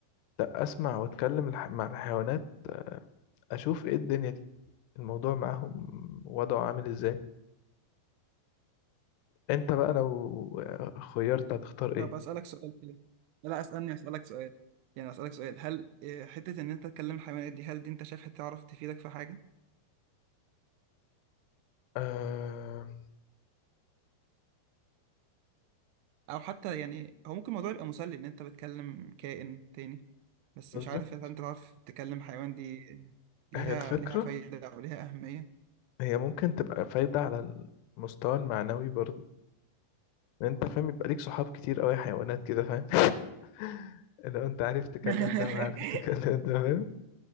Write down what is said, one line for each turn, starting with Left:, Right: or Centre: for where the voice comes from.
Left: لا اسمع واتكلم الح- مع الحيوانات اشوف ايه الدنيا دي الموضوع معاهم وضعه عامل ازاي انت بقى لو آه، خيرت هتختار
Right: طب
Left: ايه
Right: أسألك سؤال كده لا أسألني أسألك سؤال يعني أسألك سؤال هل آه، حتة إن أنت تكلم الحيوانات دي هل دي أنت شايفها تعرف تفيدك في حاجة؟
Left: آه
Right: او حتى يعني هو ممكن الموضوع يبقى مسلي ان انت بتكلم كائن تاني بس
Left: بالظبط
Right: مش عارف اذا انت تعرف تكلم حيوان دي ليها
Left: هي الفكرة
Right: ليها فايدة او ليها اهمية
Left: هي ممكن تبقى فايدة على المستوى المعنوي برضه إن انت فاهم يبقى ليك صحاب كتير قوي حيوانات كده فاهم <laughs> لو انت عارف تكلم
Right: <laughs>
Left: ده وعارف تكلم ده فاهم